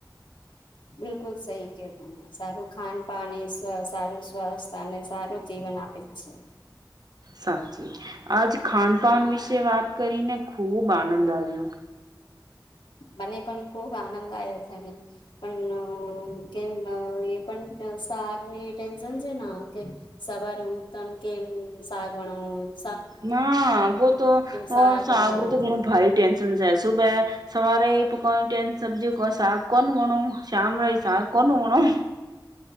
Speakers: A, on the left; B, on the right.
A: બિલકુલ સહી કે તને સારું ખાન પાણી સ સારું સ્વાસ્થ અને સારું જી વન આપે જ છે.
B: સાચી આજ ખાનપાન વિશે વાત કરીને ખુબ આનંદ આવ્યો
A: મને પણ ખુબ આનંદ આવ્યો છે ને પણ કેમ અ એ પણ શાક ની ટેન્શન છે ને કે સવારે ઉઠતા કેમ શાક વણવ
B: ના બો તો <unintelligible>
A: શાક બનાવું
B: તો ઘણું ભારે ટેન્શન છે સુબે સવારે એ પક <inaudible> કોનું વણો